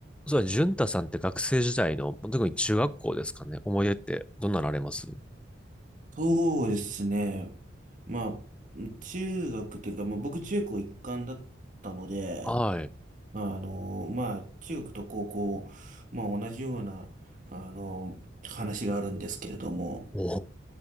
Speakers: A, in the centre; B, on the right (about 40°).
A: そうだね、淳太さんって学生時代の、特に中学校ですかね。思い出ってどんなのあります
B: そうですね。まあ、中学というか、まあ、僕中高一貫だったので、
A: はい。
B: あの、まあ、中学と高校、まあ、同じような、あの、話があるんですけれども、
A: お、